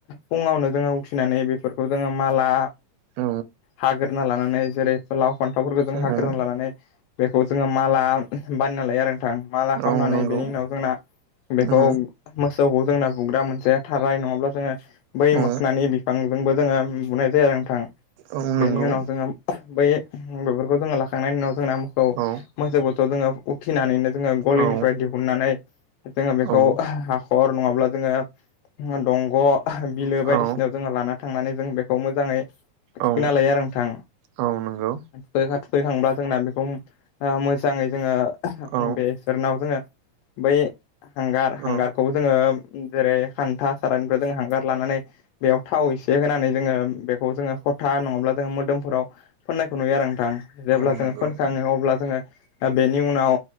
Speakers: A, on the left (about 80°); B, on the right (about 85°).
A: फुङावनो जोङो उथिनानै बेफोरखौ जोङो माला
B: औ
A: हागोरना लानानै जेरै लाव फान्थावफोरखौ जों
B: औ
A: हाग्रोना लानानै बेखौ जोङो माला बानायना लायो आरो माला खालामनानै
B: औ नंगौ
A: बेनि उनाव जोंना बेखौ
B: औ
A: मोसौखौ जोंना बुग्रा मोनसे थारा नङाब्ला जोङो बै
B: औ
A: मोखोननि बिफांजोंबो जोङो बुनाय जायो नोंथां
B: औ नंगौ
A: बेनि उनाव जोङो बै बेफोरखौ जोङो लाखांनायनि उनाव जोंना मखौ
B: औ
A: मोसौ बुथुआव जोङो उखिनानैनो जोङो गलिनिफ्राय
B: औ
A: दिहुननानै जोङो बेखौ
B: औ
A: हाखर नङाब्ला जोङो दंग' बिलो
B: औ
A: बायदिसिनायाव जोङो लाना थांनानै जों बेखौ मोजाङै थुखैना
B: औ
A: लायो आरो नोंथां।
B: औ नंगौ
A: थुखैखांब्ला जोंना बेखौ मोजाङै जोङो
B: औ
A: बेसोरनाव जोङो बै हांगार हांगारखौ
B: औ
A: जोङो जेरै खान्था सारयनिफ्राय जों हांगार माने बेयाव थाव एसे होनानै जोङो बेखौ जोङो। था नङाब्ला जोङो मोदोमफोराव फोननायखौ नुयो आरो नोंथां जेब्ला
B: औ
A: जोङो
B: नंगौ
A: फोनखाङो अब्ला जोङो दा बेनि उनाव